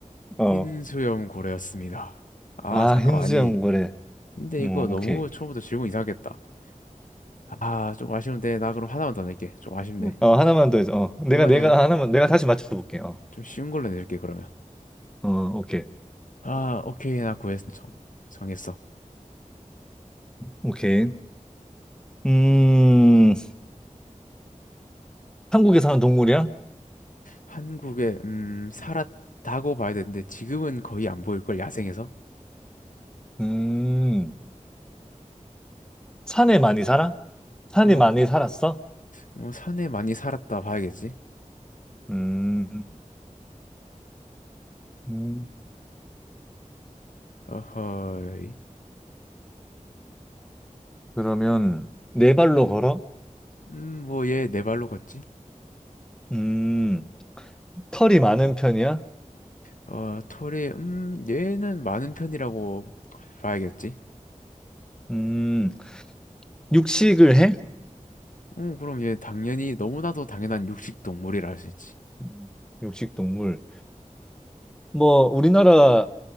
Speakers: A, in the centre; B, on the left.
A: 어,
B: 흰 수염 고래였습니다. 아,
A: 아,
B: 잠깐만.
A: 흰수염
B: 아니,
A: 고래.
B: 근데
A: 어,
B: 이거 너무
A: 오케이.
B: 처음부터 질문 이상했다. 아, 좀 아쉬운데. 나 그럼 하나만 더 낼게. 좀 아쉽네.
A: 어, 하나만 더 해서. 어, 내가,
B: 이번에
A: 내가, 하나만, 내가 다시 맞춰볼게. 어,
B: 좀 쉬운 걸로 내줄게, 그러면.
A: 어, 오케이.
B: 아, 오케이. 나 구했어. 정- 정했어.
A: 오케이. 음, 한국에 사는 동물이야?
B: 한국에 음 살았다고 봐야 되는데 지금은 거의 안 보일 걸 야생에서
A: 음, 산에 많이 살아? 산이
B: 뭐
A: 많이 살았어?
B: 뭐 산에 많이 살았다 봐야겠지
A: 음, 음.
B: 어허이
A: 그러면 네 발로 걸어?
B: 음뭐얘 네 발로 걷지
A: 음, 털이 많은 편이야?
B: 어 털이 음 얘는 많은 편이라고 봐야겠지
A: 음, 육식을 해?
B: 음 그럼 얘 당연히 너무나도 당연한 육식 동물이라 할 수 있지
A: 음, 육식 동물. 뭐 우리나라